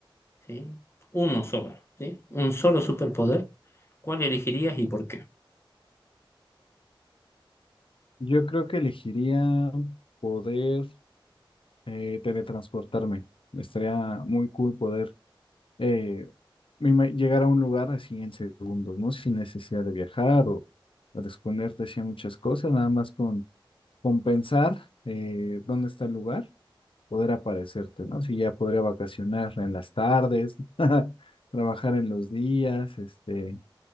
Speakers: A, on the left; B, on the left.
A: ¿sí? Uno solo, ¿sí? Un solo superpoder. ¿Cuál elegirías y por qué?
B: Yo creo que elegiría poder eh, teletransportarme. Estaría muy cool poder eh, me ima- llegar a un lugar así en segundos, ¿no? Sin necesidad de viajar o, o de exponerte así a muchas cosas, nada más con, con pensar eh, dónde está el lugar, poder aparecerte, ¿no? Si ya podría vacacionar en las tardes, <laughs> trabajar en los días, este.